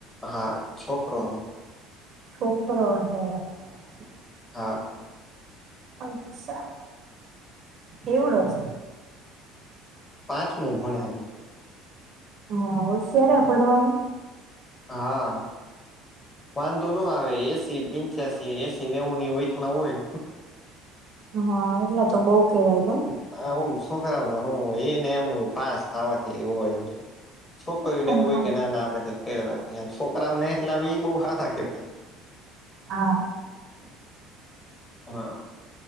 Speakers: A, on the left; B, on the right.
A: હા છોકરો
B: શોકણ હ
A: હા
B: અચ્છા એવડો છે.
A: પાંચમ ભણે હતી.
B: હા શ્યારે ભડવામાં
A: હા વાંધો નું આવે એસી. પિંચશી એસી નેવુંની વટમાં હોય.
B: હા એટલા તો બહ કેવાય ને
A: હા હમ છોકરાને હું એને એમ હોય પાસ થવાથી એવ હોય. છોકરી ને
B: નઈ
A: હોય કે ના ના આવે છોકરાઓને એટલે એ બ હા થે
B: હા.
A: હા